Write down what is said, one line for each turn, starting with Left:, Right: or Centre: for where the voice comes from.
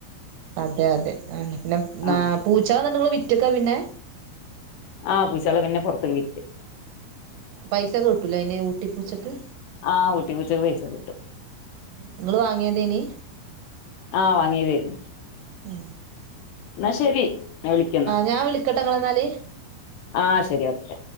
Right: അതെ അതെ ആ പിന്നെ
Left: ആഹ്
Right: പൂച്ചന്നണ്ടെങ്ക വി റ്റക്കാ പിന്നെ
Left: ആഹ് പൂശള പിന്നെ പൊറത്തേക്ക് വിറ്റ്
Right: പൈസ കിട്ടൂലെ അയ്ന് ഊട്ടിപ്പൂച്ചക്ക്
Left: ആഹ് ഊട്ടി പൂച്ചക്ക് പൈസ കിട്ടും
Right: ങ്ങള് വാങ്ങിയതേനി
Left: ആഹ് വാങ്ങിയതായിരുന്നു
Right: ഏ
Left: എന്നാ ശെരി ഞാ വിളിക്കന്ന
Right: ഞാൻ വിളിക്കട്ടെ ഇങ്ങളെ എന്നാല്
Left: ആ ശെരി ഓക്കെ